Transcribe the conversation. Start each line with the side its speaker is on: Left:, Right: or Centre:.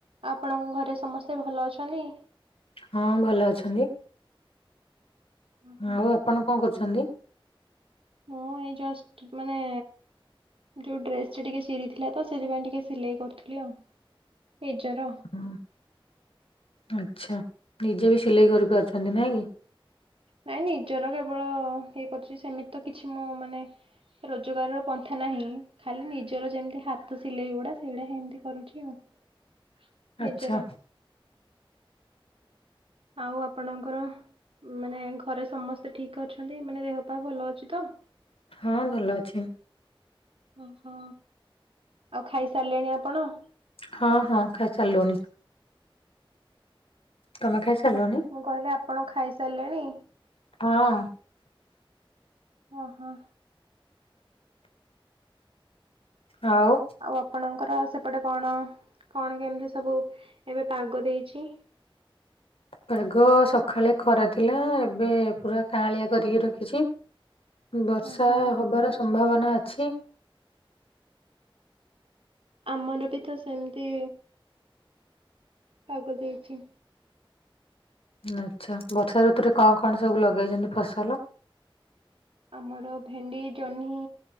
Right: ଆପଣଙ୍କ ଘରେ ସମସ୍ତେ ଭଲ ଅଛନ୍ତି?
Left: ହଁ, ଭଲ ଅଛନ୍ତି।
Right: ଓହୋ
Left: ଆଉ, ଆପଣ କଣ କରୁଛନ୍ତି?
Right: ମୁଁ ଏଇ ଜଷ୍ଟ, ମାନେ ଯୋଉ ଡ୍ରେସ୍‌ଟା ଟିକେ ଚିରିଥିଲା ତ, ସେଥିପାଇଁ ଟିକେ ସିଲେଇ କରୁଥିଲି ଆଉ ନିଜର।
Left: ହଁ ଆଚ୍ଛା ନିଜେ ବି ସିଲେଇ କରିପାରୁଛନ୍ତି ନାଇଁ କି?
Right: ନାଇଁ, ନିଜର କେବଳ ଇଏ କରୁଛି। ସେମିତି ତ କିଛି ମୁଁ, ମାନେ ରୋଜଗାରର ପନ୍ଥା ନାହିଁ। ଖାଲି ନିଜର ଯେମିତି ହାତ ସିଲେଇ ଗୁଡ଼ା, ସେଇଡ଼ା ଏମିତି କରୁଛି ଆଉ। <unintelligible> ନିଜର
Left: ଆଚ୍ଛା।
Right: ଆଉ, ଆପଣଙ୍କର ମାନେ ଘରେ ସମସ୍ତେ ଠିକ ଅଛନ୍ତି? ମାନେ, ଦେହ ପାହା ଭଲ ଅଛି ତ?
Left: ହଁ, ଭଲ ଅଛି।
Right: ଓହୋ, ଆଉ ଖାଇସାରିଲେଣି ଆପଣ?
Left: ହଁ, ହଁ, ଖାଇ ସାରିଲୁଣି। ତମେ ଖାଇ ସାରିଲଣି?
Right: ମୁଁ କହିଲି, ଆପଣ ଖାଇ ସାରିଲେଣି?
Left: ହଁ।
Right: ଓ ହୋ।
Left: ଆଉ
Right: ଆଉ, ଆପଣଙ୍କର ସେପଟେ କଣ? କଣ କେମିତି ସବୁ ଏବେ ପାଗ ଦେଇଛି?
Left: ପାଗ ସକାଳେ ଖରା ଥିଲା। ଏବେ ପୁରା କାଳିଆ କରିକି ରଖିଛି। ବର୍ଷା
Right: ଓହୋ
Left: ହବାର ସମ୍ଭାବନା ଅଛି।
Right: ଆମର ବି ତ ସେମିତି ପାଗ ଦେଇଛି।
Left: ଆଚ୍ଛା, ବର୍ଷା ଋତୁରେ କଣ କଣ ସବୁ ଲଗେଇଛନ୍ତି ଫସଲ?
Right: ଆମର ଭେଣ୍ଡି, ଜହ୍ନି,